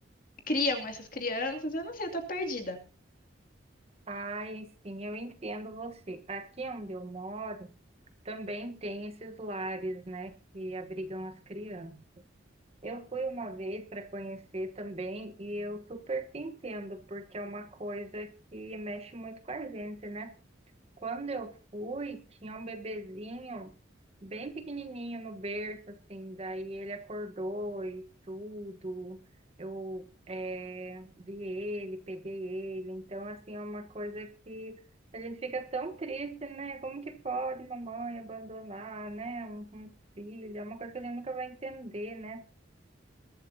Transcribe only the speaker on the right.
Ai, sim, eu entendo você. Aqui onde eu moro, também tem esses lares, né, que abrigam as crianças. Eu fui uma vez para conhecer também e eu super te entendo, porque é uma coisa que mexe muito com a gente, né? Quando eu fui, tinha um bebezinho bem pequenininho no berço, assim. Daí ele acordou e tudo. Eu eh, vi ele, peguei ele. Então, assim, é uma coisa que a gente fica tão triste, né? Como que pode mamãe abandonar, né? Um, um filho? É uma coisa que a gente nunca vai entender, né?